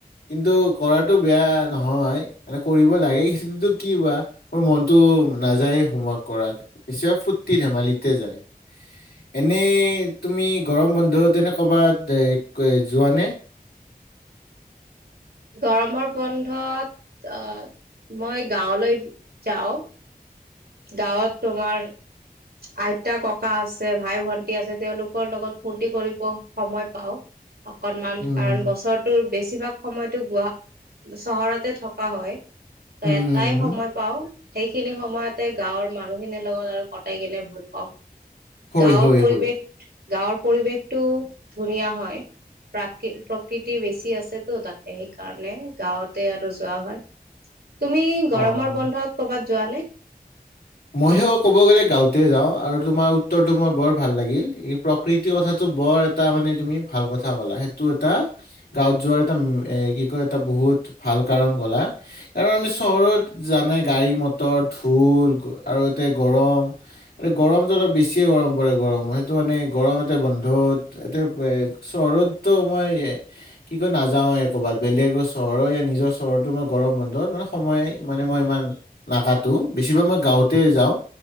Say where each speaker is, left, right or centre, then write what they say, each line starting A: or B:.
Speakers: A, on the left (about 85°); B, on the right (about 85°).
A: কিন্তু কৰাটো বেয়া নহয়, মানে কৰিব লাগে, কিন্তু কি বা মোৰ মনটো নাযায়ে হোমৱৰ্ক কৰাত, বেছিভাগ ফূৰ্তি-ধেমালিতে যায়। এনেই, তুমি গৰম বন্ধত এনে ক'বাত এই যোৱানে?
B: গৰমৰ বন্ধত অ', মই গাঁৱলৈ যাওঁ। গাঁৱত তোমাৰ আইতা-ককা, আছে ভাই-ভন্টী আছে, তেওঁলোকৰ লগত ফূৰ্তি কৰিব সময় পাও। অকনমান,
A: উম,
B: কাৰণ বছৰটোৰ বেছিভাগ সময়তো গুৱা, চহৰতে থকা হয়। ত'
A: উম,
B: এটাই
A: উম, উম,
B: সময় পাও, সেইখিনি সময়তে গাঁৱৰ মানুহখিনিৰ লগত আৰু কথ কটাই কিনে ভাল পাওঁ,
A: হয়,
B: গাঁৱৰ
A: হয়,
B: পৰিৱেশ
A: হয়,
B: গাঁৱৰ পৰিৱেশটো, ধুনীয়া হয়। প্ৰাকী, প্ৰকৃতি বেছি আছেতো তাতে, সেইকাৰণে, গাঁৱতে আৰু যোৱা হয়।
A: <inaudible>
B: তুমি
A: অ'।
B: গৰমৰ বন্ধত, ক'ৰবাত যোৱা নে?
A: মইহে ক'ব গ'লে, গাঁওঁতহে যাওঁ, আৰু তোমাৰ উত্তৰটো মোৰ বৰ ভাল লাগিল, এই প্ৰকৃতিৰ কথাটো বৰ এটা মানে, তুমি ভাল কথা ক'লা, সেইটো এটা গাঁৱত যোৱাৰ এটা, এ কি কয়, এটা বহুত ভাল কাৰণ ক'লা। কাৰণ আমি, চহৰত জানাই, গাড়ী-মটৰ, ধুল, আৰু ইয়াতে গৰম। এ গৰমটো অলপ বেছিয়ে গৰম পৰে, গৰম সেইটো মানে, গৰম এটা বন্ধত এতে চহৰতো মইয়ে কি কয় নাযাওঁয়ে, ক'ৰবাত বেলেগৰ চহৰৰ, নিজৰ চহৰতো মই গৰম বন্ধত মানে সময় মানে, মই ইমান নাকাতো, বেছিভাগ মই গাঁৱতে যাওঁ,